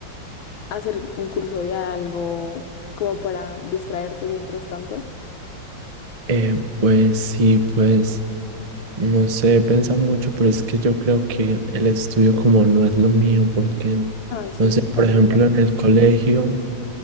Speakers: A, on the left (about 75°); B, on the right (about 50°).
A: hacer un curso de algo como para distraerte mientras tanto?
B: Eh, pues sí, pues no sé, pensa mucho, pero es que yo creo que el estudio como no es lo mío, porque,
A: Ah, sí,
B: no sé, por
A: también
B: ejemplo,
A: pasa.
B: en el colegio.